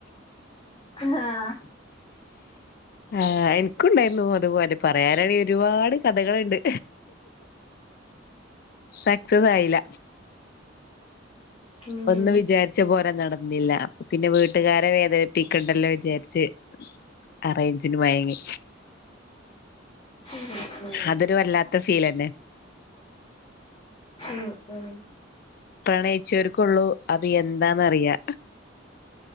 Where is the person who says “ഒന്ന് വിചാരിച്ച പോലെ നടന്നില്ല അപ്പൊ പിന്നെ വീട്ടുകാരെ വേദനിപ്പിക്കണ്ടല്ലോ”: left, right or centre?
Left